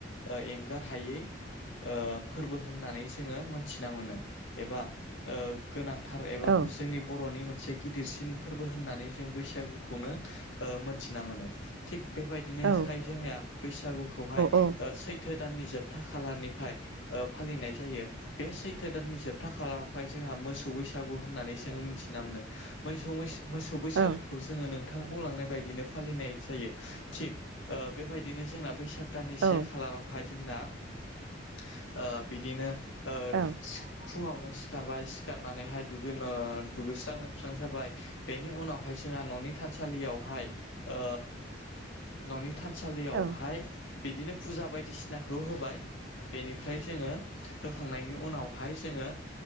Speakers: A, on the left (about 80°); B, on the right (about 85°).
A: ओ एं गारहायै ओ फोर्बो होननानै जोङो मोन्थिना मोनो। एबा गोनां थार एबाबो
B: औ
A: जोंनि बर'नि मोन से गिदिरसिन फोर्बो होननानै जों बैसागुखौनो ओ मोन्थिना मोनो। थिग बेबायदिनोहाय
B: औ
A: जोंनिया बैसागुखौहाय
B: औ
A: ओ सै थो दाननि जोबथा खालारनिफ्राय ओ फालिनाय जायो। बे सैथो दाननि जोबथा खालारावहाय जोंहा मोसौ बैसागु होननानै जोङो मिन्थिना मोनो। मोसौ मैसो मोसौ बैसागुखौ
B: औ
A: जोङो नोंथां बुंलांनाय बायदिनो फालिनाय जायो। थिग ओ बेबायदिनो जोंना बैसाग दाननि से
B: औ
A: खालाराव हाय जोंना ओ बिदिनो ओ
B: औ
A: फुंआवनो सिखारबाय सिखारनानैहाय दुगै ओ दुगैस्रां लोबस्रां जाबाय बेनि उनावहाय जोंहा न'नि था सालियावहाय ओ ननि थानसालियावहाय
B: औ
A: बिदिनो फुजा बायदिसिनाखौ होबाय बेनिफ्राय जोङो होखांनायनि उनावहाय जोङो